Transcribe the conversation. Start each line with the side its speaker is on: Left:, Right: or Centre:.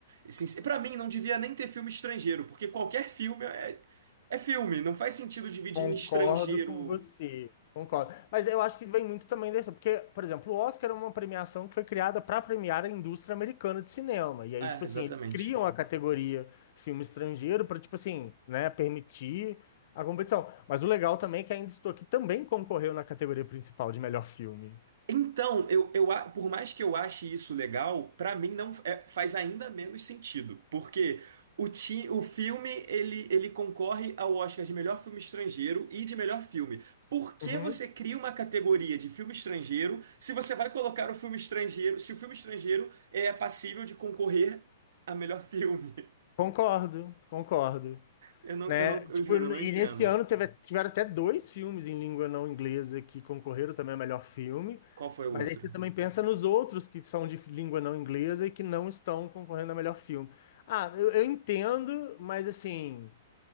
Right: Sin- Pra mim, não devia nem ter filme estrangeiro, porque qualquer filme é, é filme. Não faz sentido dividir
Left: Concordo
Right: em estrangeiro.
Left: com você. Concordo. Mas eu acho que vem muito também dessa, porque, por exemplo, o Oscar é uma premiação que foi criada para premiar a indústria americana de cinema. E aí,
Right: É,
Left: tipo
Right: exatamente.
Left: assim, eles criam a categoria filme estrangeiro para, tipo assim, né, permitir a competição. Mas o legal também é que Ainda Estou Aqui também concorreu na categoria principal de melhor filme.
Right: Então, eu, eu, a- por mais que eu ache isso legal, pra mim não é- faz ainda menos sentido, porque o, ti, o filme ele, ele concorre ao Oscar de melhor filme estrangeiro e de melhor filme. Por que
Left: Uhum.
Right: você cria uma categoria de filme estrangeiro se você vai colocar o filme estrangeiro, se o filme estrangeiro é passível de concorrer a melhor filme? <laughs>
Left: Concordo, concordo.
Right: Eu não,
Left: né?
Right: eu não, eu
Left: Tipo,
Right: juro, eu não
Left: e
Right: entendo.
Left: nesse ano teve, tiveram até dois filmes em língua não inglesa que concorreram também ao melhor filme.
Right: Qual foi o
Left: Mas
Right: outro?
Left: aí você também pensa nos outros que são de língua não inglesa e que não estão concorrendo ao melhor filme. Ah, eu, eu entendo, mas assim,